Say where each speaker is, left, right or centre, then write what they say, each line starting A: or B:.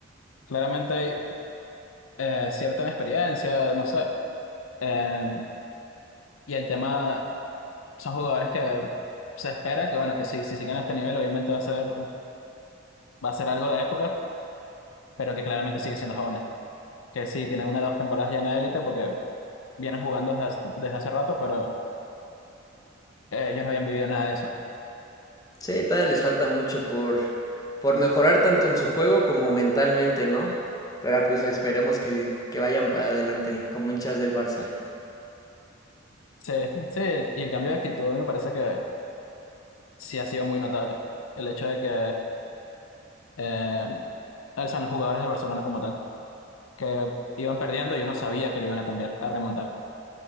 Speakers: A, on the left; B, on the left.
A: claramente hay eh, cierta inexperiencia, no sé, eh, y el tema son jugadores que se espera que, bueno, que sí, si siguen a este nivel, obviamente va a ser, va a ser algo de época, pero que claramente sigue siendo jóvenes, que sí, tienen una o dos temporadas ya en la élite porque vienen jugando desde, hace desde hace rato, pero eh, ellos no habían vivido nada de eso.
B: Sí, todavía les falta mucho por, por mejorar tanto en su juego como mentalmente, ¿no? Pero ah, pues esperemos que, que vayan para adelante como hinchas del Barça.
A: Sí, sí, el, el cambio de actitud a mí me parece que sí ha sido muy notable. El hecho de que eh, son los jugadores del Barcelona como tal, que iban perdiendo y uno sabía que le iban a cambiar, a remontar.